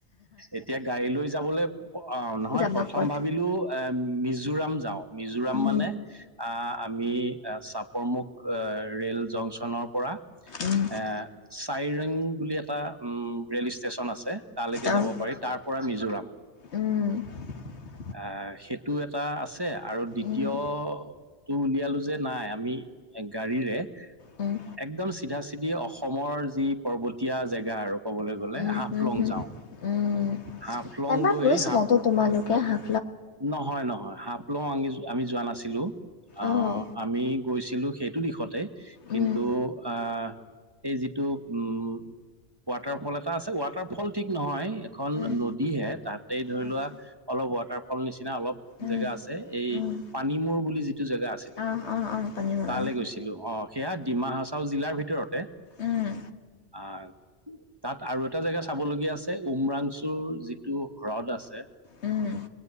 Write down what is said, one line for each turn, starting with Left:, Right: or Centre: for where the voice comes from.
Right: এতিয়া গাড়ী লৈ যাবলৈ। অ নহয়
Left: যাবা
Right: প্ৰথম
Left: ক'ত
Right: ভাবিলো এ মিজোৰাম যাওঁ মিজোৰাম
Left: উম
Right: মানে আহ আমি চাপৰমুখ ৰেল জংচনৰ পৰা।
Left: উম
Right: এ চাইৰেং বুলি এটা উম ৰেল ষ্টেচন আছে তালৈকে
Left: অঁ
Right: যাব পাৰি তাৰ তাৰ পৰা মিজোৰাম।
Left: উম
Right: আহ সেইটো এটা আছে আৰু দ্বিতীয়টো
Left: উম
Right: উলিয়ালো যে নাই আমি। গাড়ীৰে।
Left: উম উম
Right: একদম চিধা চিধি অসমৰ যি পৰ্বতীয়া জেগা আৰু কবলৈ গ'লে।
Left: হুম
Right: হাফলং
Left: হুম
Right: যাওঁ।
Left: উম
Right: হাফলং
Left: এবাৰ
Right: গৈ
Left: গৈছিলা
Right: হাফ
Left: তো তোমালোকে হা
Right: নহয় নহয় হফলং আমি আমি যোৱা নাছিলো। আহ
Left: অঁ
Right: আমি গৈছিলো সেইটো দিশতে কিন্তু
Left: উম
Right: আহ এই যিটো উম। ৱাটাৰফল এটা আছে ৱাটাৰফল ঠিক নহয় এখন
Left: উম
Right: নদীহে তাতে ধৰি
Left: আচ্ছা
Right: লোৱা অলপ ৱাটাৰফল। অল নিচিনা অলপ
Left: উম
Right: জেগা আছে এই
Left: উম
Right: পানীমূৰ বুলি যিটো জেগা আছিলে।
Left: অঁ অঁ অঁ পানীমৰা
Right: তালৈ গৈছিলো অ সেয়া ডিমা হাছাও জিলাৰ ভিতৰতে।
Left: উম
Right: অ তাত আৰু এটা জেগা চাবলগীয়া আছে উমৰাংচুৰ যিটো হ্ৰদ আছে।
Left: উম